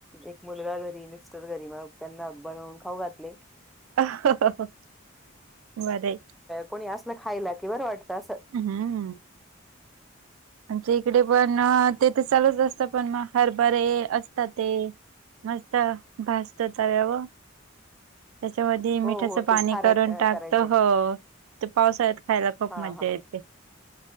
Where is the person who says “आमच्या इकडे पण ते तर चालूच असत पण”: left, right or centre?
Right